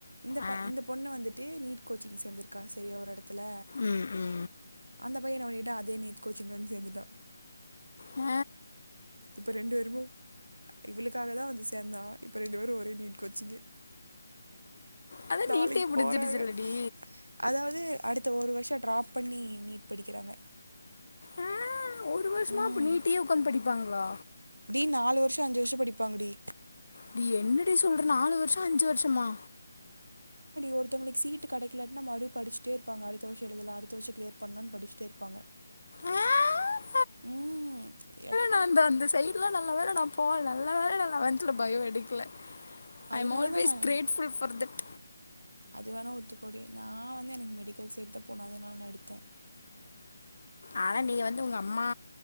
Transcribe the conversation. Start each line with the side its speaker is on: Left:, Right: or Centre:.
Right: இந்த
Left: ஆ
Right: ப இந்த பொண்ண வந்துட்டு நீட் கோச்சிங் சேந்துருக்கா செரியா ஒரு எடத்துல
Left: ம் ம்
Right: அந்த பைய என்ன பண்ணிட்டா அதே நீ்ட் கோச்சிங்லே வந்து சேந்துட்டா
Left: அ
Right: இப்ப ரெண்டு பேருமு இவுளுக்காக தா வந்து சேந்தா இப்ப ரெண்டு பேரு ஒரே நீட் கோச்சிங்கு
Left: அதான்
Right: நாளைக்கி
Left: நீட்டே பிடிச்சிருச்சுல்லடி
Right: போறாங்க அதாவ்து அடுத்த ஒரு வருஷோ ட்ராப் பண்ணி நீட் படிக்கிறாங்க
Left: ஆ, ஒரு வருஷமா
Right: ம்
Left: அப்ப நீட்டயே உக்காந்து படிப்பாங்ளா
Right: டி நாலு வருஷோ அஞ்சு வருஷோ படிப்பாங்க டி
Left: டி என்னடி சொல்ற நாலு வருஷோ அஞ்சு வருஷமா
Right: ஒருத்தவுங்களுக்கு சீட்டு கடைக்கிலன்டா மறுபடியு படிச்சுட்டே இருப்பாங்க அடுத்த வருஷோ எழுதலா அடுத்த வருஷோ கிளியர் பண்லான்னு படிச்சுட்டே இருப்பாங்க
Left: அ ஆ
Right: ம் எத்
Left: நா அந்த அந்த சைட்லா நல்ல வேல நா போல நல்ல வேல நா லெவந்த்ல பயோ எடுக்ல
Right: அதனால
Left: ஐ அம் ஆல்வேஸ்
Right: தான் நான்
Left: கிரேட்ஃபுல் ஃபார் தட்
Right: அது வேணா ஒத்துக்கோடி நா வந்து எனக்கு மெடிக்கல் சைட் தா போனு அதனால நா எடுத்த
Left: ஆனா நீ வந்து உங்க அம்மா